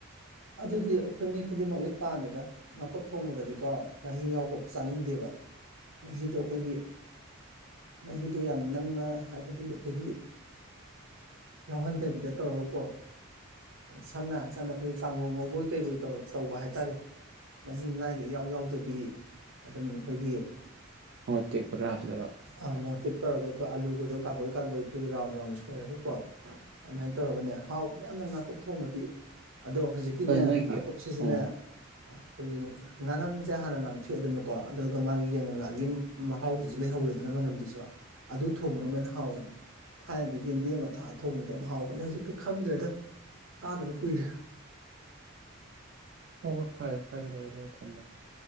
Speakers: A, on the right (about 70°); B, on the right (about 50°).
A: ꯑꯗꯨꯗꯤ ꯑꯩꯈꯣꯏ ꯃꯤ ꯈꯨꯗꯤꯡꯃꯛ ꯂꯣꯏ ꯄꯥꯝꯃꯤꯗ ꯉꯥꯀꯨꯞ ꯊꯣꯡꯕꯗꯗꯤꯀꯣ ꯃꯍꯤ ꯌꯥꯎꯕ ꯆꯥꯅꯤꯡꯗꯦꯕ ꯃꯍꯤꯗꯣ ꯑꯩꯈꯣꯏꯒꯤ ꯃꯍꯤꯗꯨ ꯌꯥꯝ ꯅꯪꯅ ꯍꯥꯏꯕꯗꯤ ꯑꯩꯈꯣꯏꯒꯤ ꯌꯥꯎꯍꯟꯗꯕꯤꯗ ꯇꯧꯔꯒꯀꯣ ꯁꯝꯅ ꯍꯥꯏꯔꯀꯥꯟꯗ ꯑꯩꯈꯣꯏ ꯀꯥꯡ ꯉꯧꯕꯣꯏ ꯀꯩꯕꯣꯏꯧꯔ ꯇꯧꯕ ꯍꯥꯏꯇꯥꯔꯦ ꯃꯍꯤ ꯃꯅꯥꯏꯒ ꯏꯌꯥꯎ ꯌꯥꯎꯗꯕꯤ ꯑꯗꯨꯝ ꯑꯩꯈꯣꯏꯒꯤ
B: ꯑꯣꯛ ꯄꯒ꯭ꯔ ꯍꯥꯖꯒ
A: ꯑ ꯃꯣꯇꯤꯦꯛ ꯇꯧꯔꯒ ꯑꯩꯈꯣꯏ ꯑꯥꯂꯨꯕꯗꯣ ꯀꯥꯡꯒꯣꯏ ꯀꯥꯡꯒꯣꯏ ꯑꯩꯈꯣꯏꯒꯤ ꯔꯥꯎꯟ ꯔꯥꯎꯟ ꯁꯣꯏꯔꯒ ꯀꯣ ꯑꯗꯨꯃꯥꯏꯅ ꯇꯧꯔꯒꯅꯦ ꯍꯥꯎꯕꯗ ꯌꯥꯝꯅ ꯉꯥꯀꯨꯞ ꯊꯣꯡꯕꯗꯤ ꯑꯗꯣ ꯍꯧꯖꯤꯛ ꯀꯅꯦ
B: ꯑꯗꯨ ꯅꯣꯏꯒꯤ
A: ꯅꯥꯀꯨꯞ ꯁꯤꯖꯤꯟꯅ
B: ꯎꯝ
A: ꯑꯩꯈꯣꯏꯒꯤ ꯉꯥꯅꯝꯁꯦ ꯍꯥꯟꯅ ꯅꯥꯝꯊꯣꯛꯑꯦꯗꯅꯀꯣ ꯑꯗꯨꯒ ꯃꯥꯒꯤ ꯌꯥꯏꯉꯪꯂꯥꯒꯤ ꯃꯍꯥꯎ ꯑꯗꯨꯁꯨ ꯂꯩꯍꯧꯔꯦꯗꯅ ꯃꯅꯝꯗꯨꯁꯨ ꯑꯗꯨ ꯊꯣꯡꯕꯅ ꯃꯣꯏꯅ ꯍꯥꯎꯕꯅꯦ ꯊꯥꯏꯅꯗꯤ ꯌꯦꯟꯗꯦꯡ ꯃꯊꯥ ꯑ ꯊꯣꯡꯕꯗ ꯌꯥꯝ ꯍꯥꯎꯕꯅꯦ ꯍꯧꯖꯤꯛꯇꯤ ꯈꯪꯗ꯭ꯔꯦꯗ ꯆꯥꯗꯕ ꯀꯨꯏꯔꯦ
B: ꯍꯣꯏ ꯍꯣꯏ ꯐꯔꯦ ꯐꯔꯦ ꯂꯩꯔ ꯂꯒ ꯊꯝꯃꯅꯤ